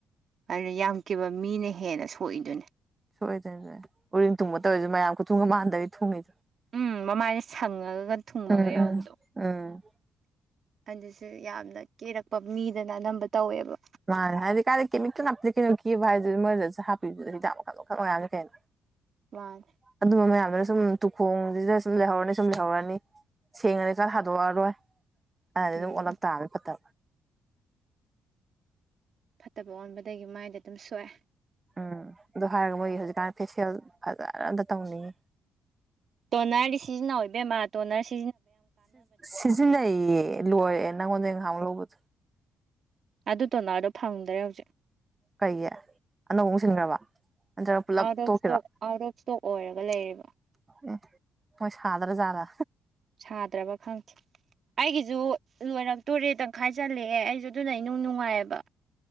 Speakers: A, on the right; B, on the right.
A: ꯑꯗꯨꯅ ꯌꯥꯝꯈꯤꯕ ꯃꯤꯅ ꯍꯦꯟꯅ ꯁꯣꯛꯏꯗꯨꯅꯤ
B: ꯁꯣꯏꯗꯣꯏꯁꯦ ꯎꯔꯤꯜ ꯊꯨꯝꯕ ꯇꯧꯔꯤꯁꯨꯦ ꯃꯌꯥꯝ ꯈꯨꯊ ꯊꯨꯡꯒ ꯃꯥꯟꯗꯗꯒꯤ ꯊꯨꯡꯉꯤꯗ
A: ꯎꯝ ꯃꯃꯥꯏꯅ ꯁꯪꯉꯜ ꯊꯨꯡꯕꯒ
B: ꯎꯝ
A: ꯌꯥꯎꯕꯗꯣ
B: ꯎꯝ ꯎꯝ
A: ꯑꯗꯨꯁꯨ ꯌꯥꯝ ꯀ ꯃꯤꯗꯅ ꯑꯅꯝꯕ ꯇꯧꯋꯦꯕ
B: ꯃꯥꯅꯦ ꯍꯥꯏꯗꯤ ꯀꯥꯏꯦ ꯀꯦꯃꯤꯛꯇꯦꯜ ꯅꯞꯇꯦ ꯀꯩꯅꯣ ꯀꯤꯕ ꯍꯥꯏꯁꯤꯗꯤ ꯃꯣꯏꯗꯁꯨ ꯍꯥꯞꯄꯤꯕꯗꯨꯗ ꯌꯥꯝ ꯃꯈꯜ ꯃꯈꯜ ꯑꯣꯏꯔꯅꯤ ꯀꯩꯅꯣ
A: ꯃꯥꯅꯦ
B: ꯑꯗꯨ ꯃ ꯃꯌꯥꯝꯌꯥꯝ ꯑꯗꯨꯅ ꯁꯨꯝ ꯇꯨꯈꯣꯡꯁꯤꯗ ꯁꯨꯝ ꯂꯩꯍꯧꯔꯅꯤ ꯁꯨꯝ ꯂꯩꯍꯧꯔꯅꯤ ꯁꯦꯡꯉꯅꯤ ꯈꯔ ꯍꯥꯗꯣꯛꯑꯔꯣꯏ ꯑ ꯑꯗꯨꯝ
A: ꯎꯝ
B: ꯑꯣꯂꯛꯇ ꯇꯥꯕ ꯄꯠꯇ
A: ꯐꯠꯇꯕ ꯑꯣꯟꯕꯗꯒꯤ ꯃꯥꯏꯗ ꯑꯗꯨꯝ ꯁꯣꯛꯑꯦ
B: ꯎꯝ ꯑꯗꯨ ꯍꯥꯏꯔꯒ ꯃꯣꯏꯒꯤ ꯍꯧꯖꯤꯛꯀꯥꯟ ꯐꯦꯁꯤꯌꯦꯜ ꯐꯖꯅꯗ ꯇꯧꯅꯤꯡꯉꯤ
A: ꯇꯣꯅꯔꯗꯤ ꯁꯤꯖꯤꯟꯅ ꯑꯣꯏꯕꯦꯝꯃ ꯇꯣꯅꯔꯁ
B: ꯁꯤꯖꯤꯟꯅꯩꯌꯦ ꯂꯣꯏꯔꯦ ꯅꯪꯉꯣꯟꯗ ꯏꯪꯍꯥꯡ ꯂꯧꯕꯗ
A: ꯑꯗꯨ ꯇꯣꯅꯗꯣ ꯐꯪꯗ꯭ꯔꯦ ꯍꯧꯖꯤꯛ
B: ꯀꯩꯒꯤ ꯑꯅꯧꯕ ꯁꯤꯟꯈ꯭ꯔꯕ ꯅꯠꯇ꯭ꯔꯒ ꯄꯨꯂꯞ
A: ꯑꯥꯎꯠ ꯑꯣꯐ
B: ꯇꯣꯛꯈꯤꯔꯣ
A: ꯏꯁꯇꯣꯛ ꯑꯥꯎꯠ ꯑꯣꯐ ꯏꯁꯇꯣꯛ ꯑꯣꯏꯔꯒ ꯂꯩꯔꯤꯕ
B: ꯑꯦ ꯃꯣꯏ ꯁꯥꯗ꯭ꯔ ꯗ
A: ꯁꯥꯗ꯭ꯔꯕ ꯈꯪꯗꯦ ꯑꯩꯒꯤꯁꯨ ꯂꯣꯏꯔꯛꯇꯣꯔꯦ ꯇꯪꯈꯥꯏꯖꯤꯜꯂꯛꯑꯦ ꯑꯩꯁꯨ ꯁꯤ ꯑꯗꯨꯅ ꯏꯅꯨꯡ ꯅꯨꯡꯉꯥꯏꯑꯕ